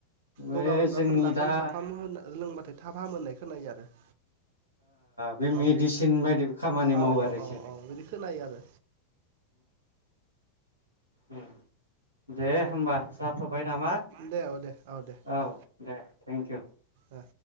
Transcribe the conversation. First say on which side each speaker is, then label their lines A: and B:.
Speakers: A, on the right; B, on the right.
A: बे
B: गगा मोनबाफोर
A: जोंनि
B: नाफाम
A: दा
B: साफाम होन लोंबाथाय थाब फाहाम मोननाय खोनायो आरो। <inaudible>
A: बे मेडिसिन
B: औ
A: बायदि खामानि
B: औ
A: मावो
B: औ
A: आरोखि।
B: औ औ बिदि खोनायो आरो
A: उम दे होमबा सार। थ'बाय नामा
B: दे औ दे दे
A: औ
B: ओ
A: दे थेंकिउ।
B: ओ